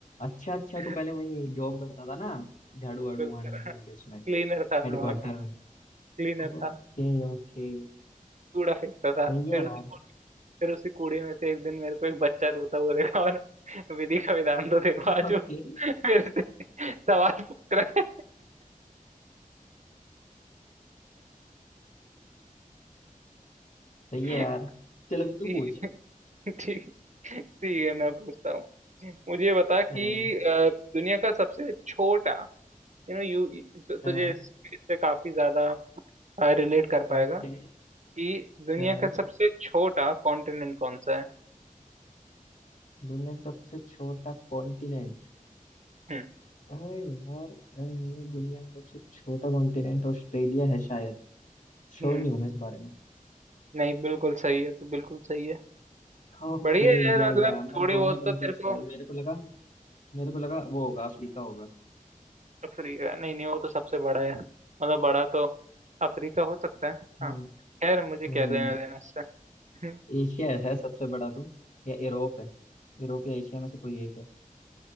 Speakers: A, on the left; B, on the right.
A: अच्छा अच्छा
B: <laughs>
A: तू पहले वही जॉब करता था ना झाड़ू वाड़ू
B: बिल्कुल
A: मारने की उनके उसमें
B: क्लीनर था
A: हेडक्वार्टर
B: मैं वहां का
A: में
B: क्लीनर
A: ओके
B: था
A: ओके
B: कूड़ा फेंकता था
A: सही है
B: फिर
A: यार
B: उसे फिर उसी कूड़े में से एक दिन मेरे को एक बच्चा रोता हुआ देखा और विधि का विधान तो देखो
A: <laughs>
B: आज
A: ओके
B: वो फिर से सवाल पूछ रहा
A: सही है
B: है
A: यार चल अभी तू
B: ठीक
A: पूछ
B: ठीक ठीक है मैं पूछता हूँ मुझे बता कि
A: हाँ
B: अ, दुनिया का सबसे छोटा यू नो यू
A: हाँ
B: तुझे इस- इससे काफी ज्यादा रिलेट कर पाएगा
A: ओके
B: कि दुनिया
A: हाँ
B: का सबसे छोटा कॉन्टिनेंट कौन सा है
A: दुनिया का सबसे छोटा कॉन्टिनेंट
B: हम्म
A: अरे यार अरे, दुनिया का सबसे छोटा कॉन्टिनेंट ऑस्ट्रेलिया है शायद श्योर
B: हम्म
A: नहीं हूँ मैं इस बारे में
B: नहीं बिल्कुल सही है तो बिल्कुल सही है
A: ओके
B: बढ़िया है यार
A: या
B: मतलब
A: या मैं
B: थोड़ी
A: दो
B: बहुत
A: में कंफ्यूज
B: तो तेरे को
A: था मेरे को लगा मेरे को लगा वो होगा अफ्रीका होगा
B: अफ्रीका नहीं नहीं वो तो सबसे बड़ा है मतलब बड़ा तो अफ्रीका हो सकता है
A: हम्म
B: हाँ खैर मुझे
A: हम्म
B: क्या लेना देना इससे <laughs>
A: एशिया ऐसा है सबसे बड़ा तो या यूरोप है यूरोप या एशिया में से कोई एक है